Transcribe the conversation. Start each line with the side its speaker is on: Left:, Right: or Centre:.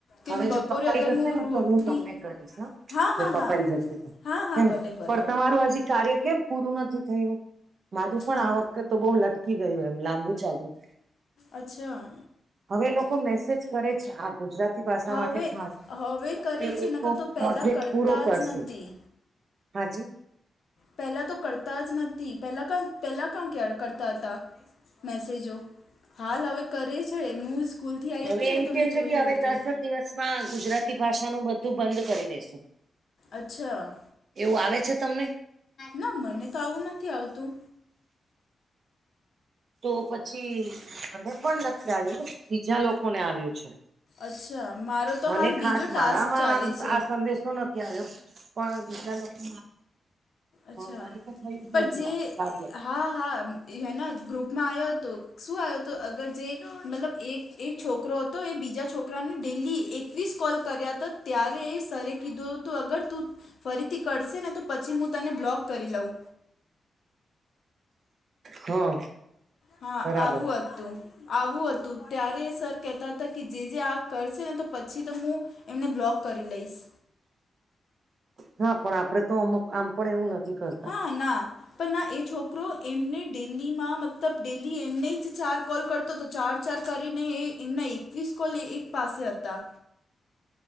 Right: હવે
Left: કેમ બપોરે
Right: જો કપાઈ
Left: અગર
Right: જશે ને
Left: રોટલી
Right: તો હું તમને કરીશ હ.
Left: હા
Right: જો
Left: હા
Right: કપાઈ
Left: હા
Right: જશે તો
Left: હા હા
Right: હેને
Left: ભલે ભલે
Right: પણ તમારું હજી કાર્ય કેમ પૂરું નથી થયું મારું પણ
Left: હમ
Right: આવક તો-તો બહુ લટકી ગયું એમ લાંબુ ચાલ્યું.
Left: અચ્છા.
Right: હવે લોકો મેસેજ કરે છે આ ગુજરાત ગુજરાતી ભાષા
Left: હવે
Right: માટે ખાસ
Left: કરે
Right: હવે
Left: છે
Right: લોકો
Left: નકર તો પહેલાં
Right: પ્રોજેક્ટ
Left: કરતા
Right: પૂરો કરશે.
Left: જ નથી
Right: આજે
Left: પહેલાં તો કરતા જ નથી પહેલાં કં પહેલાં ક્યાં ક કરતા હતા મેસેજો હાલ હવે કરે છે હું સ્કૂલથી આવીઈ
Right: હવે
Left: હતી ને
Right: એમ
Left: તો
Right: કે
Left: મેં
Right: છે
Left: જોયું
Right: કે હવે
Left: હતું
Right: દસ જ દિવસમાં ગુજરાતી ભાષાનુંું બ તું બંધ કરી
Left: અચ્છા
Right: એવું આવે તમને
Left: ના મને આવું આવતું
Right: તો પછી મને પણ નક્ આવ્યું બીજા લોકોને આવ્યું છે
Left: અચ્છા મારો તો
Right: મને
Left: હાલ
Right: ખાસ
Left: બીજો ટાસ્ક
Right: મારામાં
Left: ચાલે છે
Right: આ સંદેશો નથી પણ દજરા લોકો
Left: અચ્છા
Right: મારે તો થયું જ
Left: પણ
Right: નથી
Left: જે
Right: આ કાર્ય
Left: હા હા હે ગ્રુપમાં આવ્યો હતો શું આવ્યો હતો અગર જે મતલબ એક એક છોકરો તો એ બીજા છોકરાને ડેલી એકવીસ કોલ કર્યા હતા ત્યારે એ સરરે કીધું હતું અગર તું ફરીથી કરશે ને તો પછી હું તને બ્લોક કરી લઉં
Right: હા
Left: હા
Right: બરાબર
Left: આવું હતું આવું હતું ત્યારે સર કહેતા હતા કે જે જે આ કરશે ને તો પછી તો હું એમને બ્લોક કરી લઈશ
Right: હા પણ આપડે તો અમુક આમ પણ એવું નથી કરતા
Left: હા ના પણ ના એ છોકરો એમને ડેલીમાં મતલબ ડેલી એમને જ ચાર કોલ કરતો તો ચાર ઉપચાર કરીને એ એમના એકવીસ કોલ એક પાસે હતા